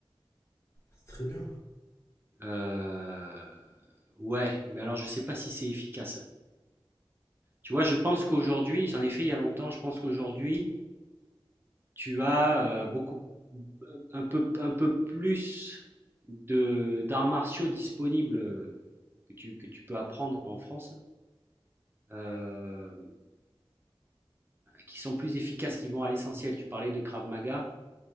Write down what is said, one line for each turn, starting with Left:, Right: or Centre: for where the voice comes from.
Left: C'est très bien.
Right: heu, ouais, mais alors je sais pas si c'est efficace. Tu vois? Je pense qu'aujourd'hui j'en ai fait il y a longtemps, je pense qu'aujourd'hui tu as euh, beaucoup un peu un peu plus de d'arts martiaux disponibles que tu, que tu peux apprendre en France euh, qui sont plus efficaces qui vont à l'essentiel tu parlais de Krav Maga